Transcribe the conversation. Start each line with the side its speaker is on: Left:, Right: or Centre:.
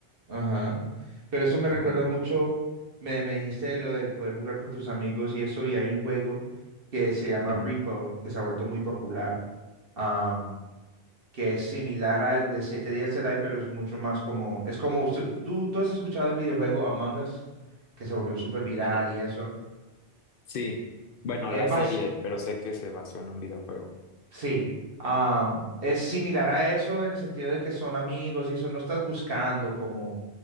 Right: Ajá. Pero eso me recuerda
Left: Sí.
Right: mucho, me, me dijiste lo de poder jugar con tus amigos y eso, y hay un juego que se llama
Left: Ujú.
Right: Repo, que se ha vuelto muy popular, am, que es similar al de 7 días de Die, pero es mucho más como, es como, usted- ¿tú, tú has escuchado el videojuego Among Us, que se volvió súper viral
Left: Ajá.
Right: y eso?
Left: Sí. Bueno,
Right: Es
Left: la
Right: vas,
Left: serie, pero sé que se basó en un videojuego.
Right: Sí, am, es similar a eso en el sentido de que son amigos y eso no estás buscando como